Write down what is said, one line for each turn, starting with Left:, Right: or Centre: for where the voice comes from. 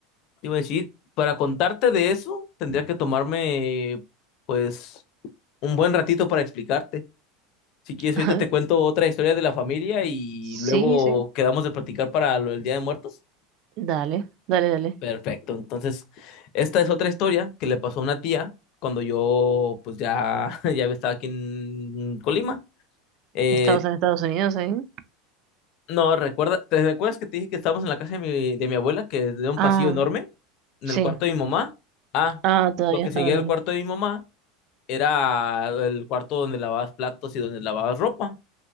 Left: Te iba a decir, para contarte de eso, tendría que tomarme, pues, un buen ratito para explicarte. Si quieres,
Right: <laughs>
Left: ahorita te cuento otra historia de la familia y
Right: Sí,
Left: luego
Right: sí.
Left: quedamos de platicar para lo del Día de Muertos.
Right: Dale, dale, dale.
Left: Perfecto. Entonces, esta es otra historia que le pasó a una tía cuando yo, pues, ya, <laughs> ya estaba aquí en Colima. Eh,
Right: ¿Estabas en Estados Unidos ahí?
Left: no, recuerda, ¿te recuerdas que te dije que estábamos en la casa de mi, de mi abuela, que es de un
Right: Ah,
Left: pasillo enorme, en
Right: sí.
Left: el cuarto de mi mamá? Ah,
Right: Ah, todavía
Left: lo que
Right: estaban
Left: seguía del
Right: ahí.
Left: cuarto de mi mamá era el cuarto donde lavabas platos y donde lavabas ropa.